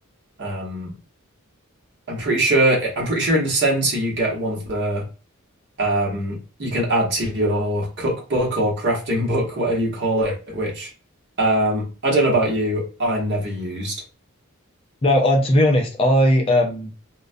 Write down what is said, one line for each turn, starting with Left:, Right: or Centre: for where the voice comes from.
Right: um, I'm pretty sure I'm pretty sure in the center you get one of the um you can add to your cookbook or crafting book, whatever you call it, which um I don't know about you, I never used.
Left: No, I, to be honest, I um